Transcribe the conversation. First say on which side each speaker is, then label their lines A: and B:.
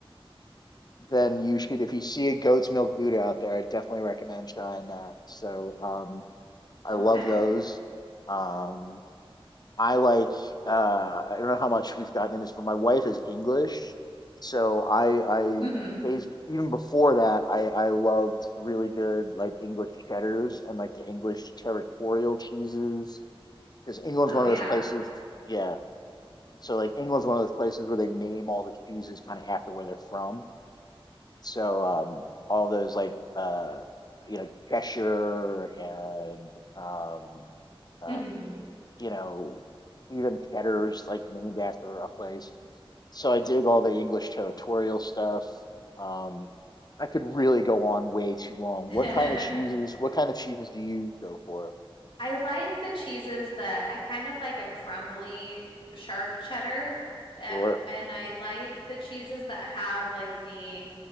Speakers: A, on the left; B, on the left.
A: then you should, if you see a goat's milk Buddha out there, I definitely recommend trying that. So, um, I
B: Okay.
A: love those. Um, I like, uh, I don't know how much we've gotten in this, but my wife is English. So I, I,
B: hmm
A: based, even before that, I, I loved really good, like English cheddars and like the English territorial cheeses. Because England's
B: Oh
A: one
B: yeah.
A: of those places, yeah. So like England's one of those places where they name all the cheeses kind of after where they're from. So um, all those like uh, you know Cheshire and um, uh,
B: hmm
A: you know even Cheddar's like named after a place. So I dig all the English territorial stuff. Um, I could really go on way too long.
B: <laughs>
A: What kind of cheeses? What kind of cheeses do you go for?
B: I like the cheeses that I kind of like a crumbly, sharp cheddar, uh,
A: Or
B: and I like the cheeses that have like the